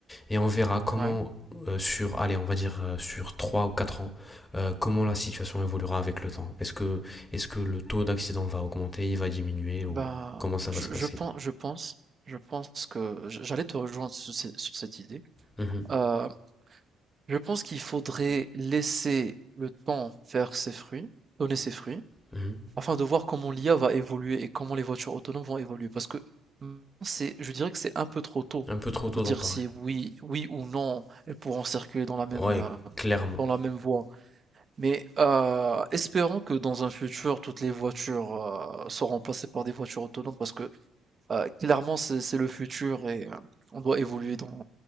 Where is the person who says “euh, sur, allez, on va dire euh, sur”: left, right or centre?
Left